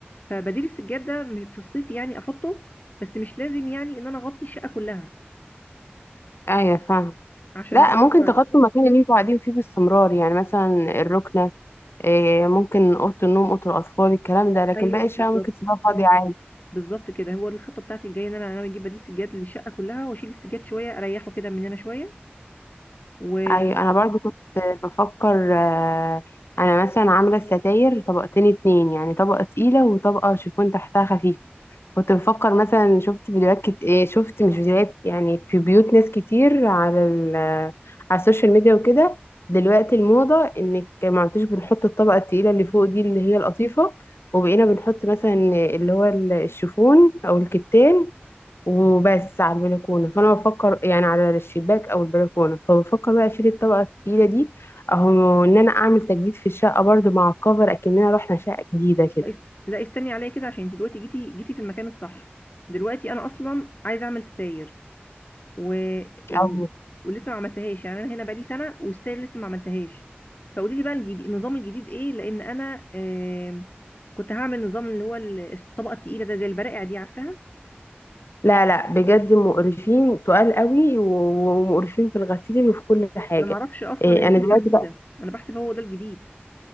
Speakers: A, on the left; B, on the left.
A: فبديل السجاد ده م- في الصيف يعني احطه بس مش لازم يعني ان انا اغطي الشقه كلها
B: ايوه فاهمه
A: عشان
B: لا
A: بقى الحر
B: ممكن تغطوا المكان اللي انتوا قاعدين فيه باستمرار يعني مثلا الركنة إيه، ممكن أوضة النوم أوضة الأطفال الكلام ده لكن
A: ايوه
B: باقي
A: بالظبط
B: الشقة ممكن تسيبها فاضية عادي
A: بالظبط كده هو الخطه بتاعتي الجايه ان انا انا اجيب بديل سجاد للشقه كلها واشيل السجاد شويه اريحه كده من هنا شويه و
B: أيوة أنا برضو كنت بفكر آه، أنا مثلا عاملة الستاير طبقتين اتنين يعني طبقة تقيلة وطبقة شيفون تحتها خفيف كنت بفكر مثلا شفت فيديوهات كت... إيه شفت مش فيديوهات يعني في بيوت ناس كتير على ال... على السوشيال ميديا وكده دلوقتي الموضة انك ما عدتش بنحط الطبقة التقيلة اللي فوق دي اللي هي القطيفة وبقينا بنحط مثلا اللي هو ال- الشيفون او الكتان وبس على البلكونة فانا بفكر يعني على الشباك او البلكونة فبفكر بقى اشيل الطبقة التقيلة دي اهو ان انا اعمل تجديد في الشقة برضو مع الكفر اكننا رحنا شقة جديدة
A: لا لا استني عليا كده عشان انت دلوقتي جيتي جيتي في المكان الصح دلوقتي انا اصلا عايزه اعمل ستاير و... و...
B: كده
A: ولسه ما عملتهاش يعني انا هنا بقالي سنه والستاير لسه ما عملتهاش فقولي لي بقى الجديد النظام الجديد ايه لان انا آم، كنت هعمل نظام اللي هو ال- الطبقه التقيله ده زي البرائع دي عارفاها
B: لا لا بجد مقرفين تقال قوي و- ومقرفين في الغسيل وفي كل حاجة
A: انا ما اعرفش اصلا
B: إيه
A: ان في
B: أنا دلوقتي
A: حاجه جديده
B: بقى
A: انا بحسب هو ده الجديد